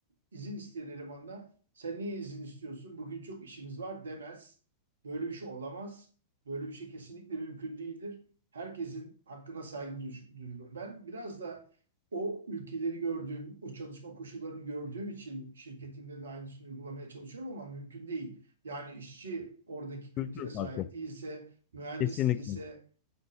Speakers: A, on the right (about 75°); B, on the left (about 35°).
A: izin isteyen elemanla sen niye izin istiyorsun? Bugün çok işimiz var demez. Böyle bir şey olamaz. Böyle bir şey kesinlikle mümkün değildir. Herkesin hakkına saygı duyulur. Ben biraz da o ülkeleri gördüğüm, o çalışma koşullarını gördüğüm için şirketimde de aynısını uygulamaya çalışıyorum ama mümkün değil. Yani işçi oradaki kültüre
B: kültür
A: sahip
B: farkı.
A: değilse mühendis
B: Kesinlikle.
A: değilse,